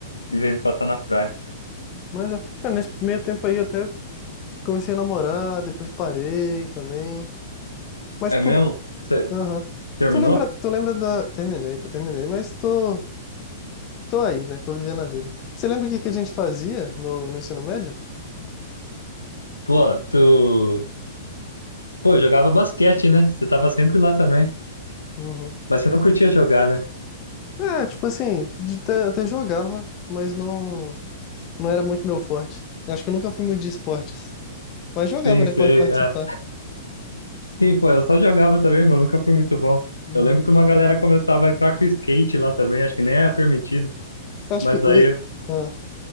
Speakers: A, on the left; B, on the left.
A: em vez de passar na praia.
B: Mas, é, cara, nesse meio tempo aí eu até comecei a namorar, depois parei também. Mas,
A: É
B: pô,
A: mesmo? Você
B: aham.
A: terminou?
B: Tu lembra, tu lembra da. Terminei, pô, terminei, mas tô, tô aí, né? Tô vivendo a vida. Você lembra o que que a gente fazia no, no ensino médio?
A: Pô, tu. Pô, jogava basquete, né? Você tava sempre lá também.
B: Uhum.
A: Mas você não curtia jogar, né?
B: É, tipo assim, de- até, até jogava, mas não, não era muito meu forte. Eu Acho que eu nunca fui muito de esportes. Mas jogava,
A: Sim,
B: né,
A: sei.
B: pra participar.
A: é. Sim, pô, eu só jogava também, mas nunca fui muito bom.
B: Uhum.
A: Eu lembro que uma galera começava a entrar com skate lá também, acho que nem era permitido.
B: Acho
A: Mas
B: que
A: daí
B: o. ah.